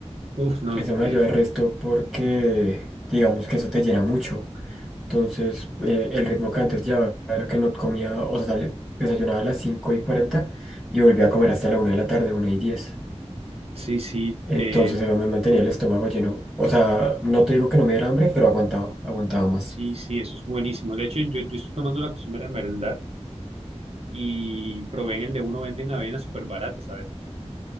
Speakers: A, on the right; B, in the centre.
A: Uf, no,
B: Eso
A: de,
B: me ayuda el resto porque, digamos que eso te llena mucho. Entonces, eh, el ritmo que antes llevaba era que no comía, o sea, sale- desayunaba a las 5 y 40 y volvía a comer hasta la una de la tarde, una y diez
A: sí, sí,
B: Entonces,
A: eh,
B: eso me mantenía el estómago lleno. O sea, no te digo que no me diera hambre, pero aguantaba, aguantaba más.
A: sí, sí, eso es buenísimo. De hecho, yo, yo estoy tomando la costumbre de merendar y proveen el de uno, venden avena súper barata, ¿sabes?